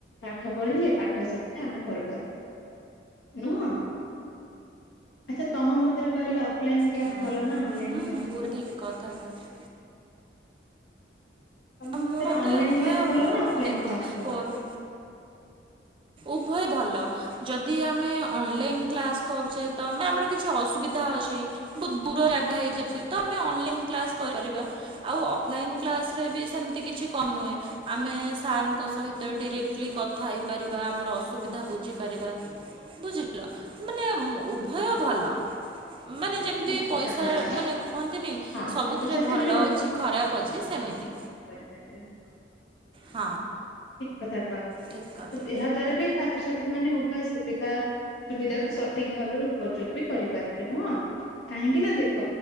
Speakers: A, on the left; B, on the right.
A: ପାଠ ପଢିଲେ ପାଠ ସରିଲା ଆମେ ଘରକୁ ଆସ ନୁହ ଆଚ୍ଛା। ତମ ମତରେ କହିଲେ ଅଫଲାଇନ କ୍ଲାସ
B: ହୁଁ।
A: ଭଲ ନା ଅନଲାଇନ୍
B: ହୁଁ
A: କ୍ଲାସ?
B: ହୁଁ
A: ଭଲ?
B: ଠିକ୍ କଥା କହିଛ।
A: ତମ ମତରେ
B: ମୁଁ ମତେ
A: ଅନଲାଇନ୍
B: ଉଭୟ
A: କ୍ଲାସ୍
B: ଭଲ
A: ନା ଅଫଲାଇନ୍
B: ଦେଖ
A: କ୍ଲାସ୍ ଭଲ?
B: କର ଉଭୟ ଭଲ ଯଦି ଆମେ ଅନଲାଇନ କ୍ଲାସ କରୁଛେ ତ ଆମେ ଆମର କିଛି ଅସୁବିଧା ଅଛି ବହୁ ଦୂର ବାଟ ହେଇଯାଉଛି ତ ଆମେ ଅନଲାଇନ କ୍ଲାସ କରିପାରିବା ଆଉ ଅଫଲାଇନ୍ କ୍ଲାସ ରେ ବି ସେ କିଛି କମ ନୁହେ ଆମେ ସାର ଙ୍କ ସହିତ ଡିରେକ୍ଟଲି କଥା ହେଇପାରିବା ଆମର ଅସବିଧା ବୁଝିପାରିବା ବୁଝିଲ ମାନେ ଉଭୟ ଭଲ। ମାନେ ଯେମିତି
A: ଠିକ୍ କଥା
B: ପଇସା
A: କହିଲ।
B: ମାନେ କୁହନ୍ତିନି
A: ହଁ
B: ସବୁଥିରେ
A: ଛାତ୍ରଛାତ୍ରୀ
B: ଭଲ
A: ମାନେ
B: ଅଛି ଖରାପ ଅଛି ସେମିତି
A: କରିବ ହଁ
B: ହଁ
A: ଠିକ୍ କଥା।
B: ଠିକ୍ କଥା
A: ଏହା ଦ୍ଵାରା ବି ଛାତ୍ର ଛାତ୍ରୀ ମାନେ ଉଭୟ ସୁବିଧା ସୁବିଧା କୁ ସଠିକ ଭାବରେ ଉପଯୋଗ ବି କରିପାରିବେ ନୁହଁ କାହିଁକି ନା ଦେଖ